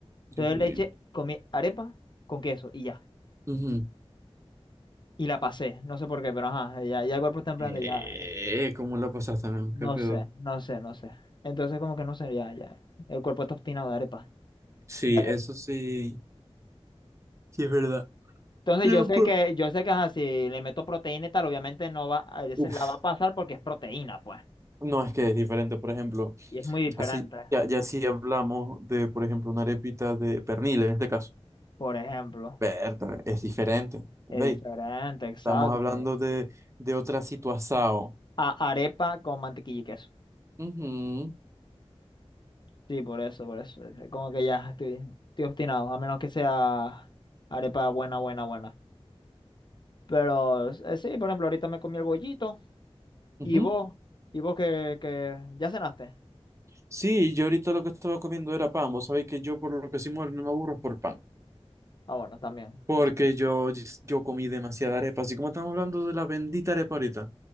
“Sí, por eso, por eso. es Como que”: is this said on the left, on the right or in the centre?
Left